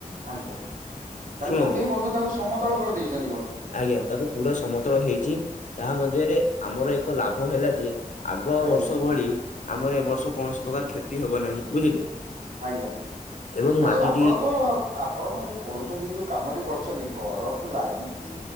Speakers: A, on the right; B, on the left.
A: ଆଜ୍ଞା ତାହେଲେ
B: ଶୁଣନ୍ତୁ
A: ପକେଇ ବନ୍ଧୁ ତାକୁ ସମତଳ କରିଦେଇଛନ୍ତି ବନ୍ଧୁ।
B: ଆଜ୍ଞା ତାକୁ ପୁରା ସମତଳ ହେଇଛି ତାହା ମଧ୍ୟରେ ଆମର ଏକ ଲାଭ ହେଲା ଯେ ଆଗ
A: ଆଜ୍ଞା
B: ବର୍ଷ ଭଳି ଆମର ଏ ବର୍ଷ କୌଣସି ପ୍ରକାର କ୍ଷତି ହବ ନାହିଁ। ବୁଝିଲେ
A: ଆଜ୍ଞା <unintelligible>
B: ଏବଂ ମାଟିଟି
A: ଆପଣଙ୍କ ଆପଣଙ୍କ ଯୋଉ କହୁଚନ୍ତି। ଏଇ ଯୋଉ କାମଟି କରୁଛନ୍ତି ଘରକୁ ଲାଗିକି